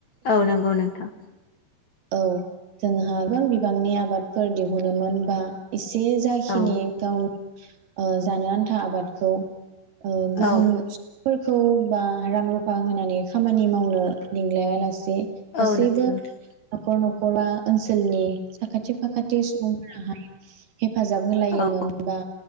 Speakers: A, on the left; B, on the right.
A: औ नंगौ नोंथां।
B: औ जोंहा गोबां बिबांनि आबाद । फोर दिहुनोमोन बा ' <inaudible> '। बे जाखिनि
A: औ
B: गाव ' <inaudible> '। जानो आन्था आबादखौ ओ गुबुन
A: औ
B: फोरखौ बा रां रुफा होनानै खामानि मावनो लिंलायालासे गासैबो
A: औ नंगौ नोंथां
B: नखर नखर खोला ओनसोलनि साखाथि साखाथि सुबुंफोराहाय हेफाजाब होलायोमोन
A: औ
B: बा